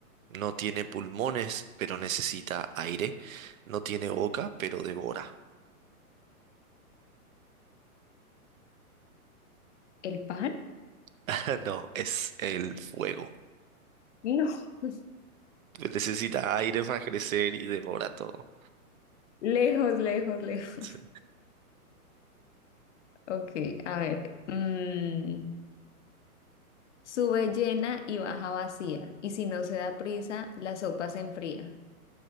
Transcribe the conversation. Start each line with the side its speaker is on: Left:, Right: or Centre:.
Right: No tiene pulmones, pero necesita aire. No tiene boca, pero devora.
Left: ¿El pan?
Right: <laughs> No, es el fuego.
Left: No. <laughs>
Right: Necesita aire para crecer y devora todo.
Left: Lejos, lejos, lejos.
Right: Sí.
Left: Ok, a ver. mm, sube llena y baja vacía. Y si no se da prisa, la sopa se enfría.